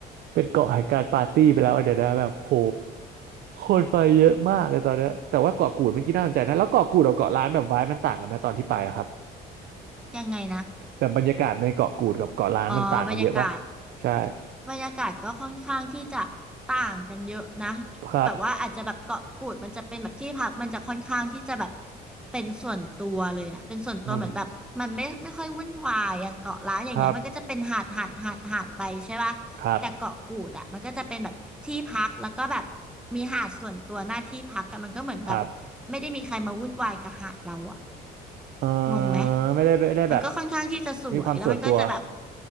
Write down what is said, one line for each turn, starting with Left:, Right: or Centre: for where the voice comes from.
Right: เป็นเกาะแห่งการปาร์ตี้ไปแล้วอะเดี๋ยวนะแบบโหคนไปเยอะมากเลยตอนเนี้ยแต่ว่าเกาะกูดเมื่อกี้น่าสนใจนะแล้วเกาะกูดกับเกาะล้านแบบไวบ์มันต่างกันไหมตอนที่ไปอะครับ
Centre: ยังไงนะ
Right: แบบบรรยากาศในเกาะกูดกับเกาะล้านมันต่างกันเยอะปะ
Centre: อ๋อบรรยากาศ
Right: ใช่
Centre: บรรยากาศก็ค่อนข้างที่จะต่างกันเยอะนะ
Right: ครับ
Centre: แบบว่าอาจจะแบบเกาะกูดมันจะเป็นแบบที่พักมันจะค่อนข้างที่จะแบบเป็นส่วนตัวเลยอะเป็นส่วนตัวเหมือนแบบมันไม่ไม่ค่อยวุ่นวายอย่างเกาะล้านอย่างเงี้ยมันก็จะเป็นหาดหาดหาดหาดไปใช่ป่ะแต่เกาะกูดอะมันก็จะเป็นแบบที่พักแล้วก็แบบ
Right: อืมครับครับ
Centre: มีหาดส่วนตัวหน้าที่พักแต่มันก็เหมือนแบบ
Right: ครับ
Centre: ไม่ได้มีใครมาวุ่นวายกับหาดเราอะ
Right: เอ
Centre: งงไหม
Right: อไม่ได้ไม่ได้แบบ
Centre: มันก็ค่อนข้างที่จะสวยแล้วมันก็จะแบบ
Right: มีความส่วนตัว